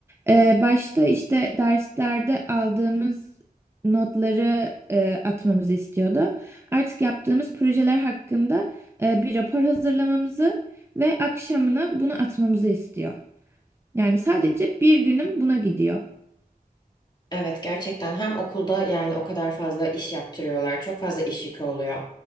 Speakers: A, on the right; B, on the left.
A: e, başta işte derslerde aldığımız notları e, atmamızı istiyordu. Artık yaptığımız projeler hakkında e, bir rapor hazırlamamızı ve akşamına bunu atmamızı istiyor. Yani sadece bir günüm buna gidiyor.
B: Evet gerçekten hem okulda yani o kadar fazla iş yaptırıyorlar. Çok fazla iş yükü oluyor.